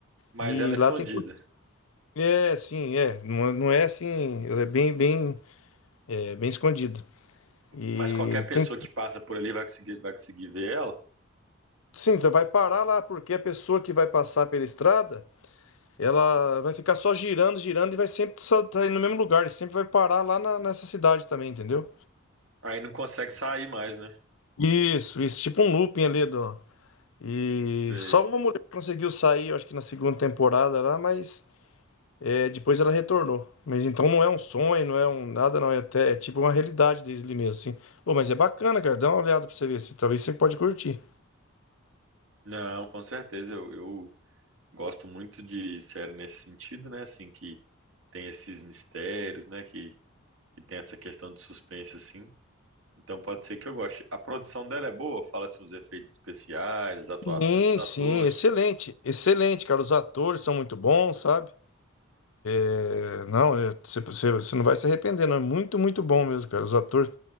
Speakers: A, on the right; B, on the left.
A: Mas
B: E
A: ela é
B: lá
A: escondida.
B: tem. É, sim, é. Não, não é assim, ela é bem, bem, é, bem escondido. E
A: Mas qualquer pessoa
B: tem.
A: que passa por ali vai conseguir, vai conseguir ver ela.
B: Sim, então vai parar lá, porque a pessoa que vai passar pela estrada, ela vai ficar só girando, girando e vai sempre só tá indo no mesmo lugar, e sempre vai parar lá na- nessa cidade também, entendeu?
A: Aí não consegue sair mais, né?
B: Isso, isso, tipo um looping ali do, E
A: Sei.
B: só uma mulher conseguiu sair, eu acho que na segunda temporada lá, mas é, depois ela retornou. Mas então não é um sonho, não é um nada, não. É, até, é tipo uma realidade Disney mesmo, assim. Ô, mas é bacana, cara. Dá uma olhada pra você ver. se talvez você pode curtir.
A: Não, com certeza. Eu, eu gosto muito de série nesse sentido, né? Assim, que tem esses mistérios, né? Que, que tem essa questão de suspense, assim. Então pode ser que eu goste. A produção dela é boa? Fala-se os efeitos especiais, as atuações
B: Sim,
A: dos atores.
B: sim, excelente. Excelente, cara. Os atores são muito bons, sabe? É, não, é, você, você, você não vai se arrepender, não. É muito, muito bom mesmo, cara. Os atores.